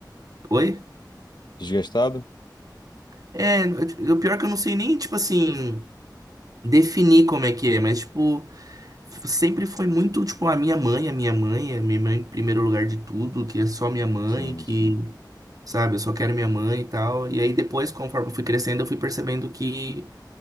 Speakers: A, on the right (about 50°); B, on the left (about 70°).
A: Oi?
B: Desgastado?
A: É, o pior é que eu não sei nem, tipo assim, definir como é que é, mas, tipo, f- sempre foi muito, tipo, a minha mãe, a minha mãe, a minha mãe em primeiro lugar de tudo, que é só minha mãe,
B: Sim,
A: que
B: sim.
A: sabe? Eu só quero minha mãe e tal. E aí depois, conforme eu fui crescendo, eu fui percebendo que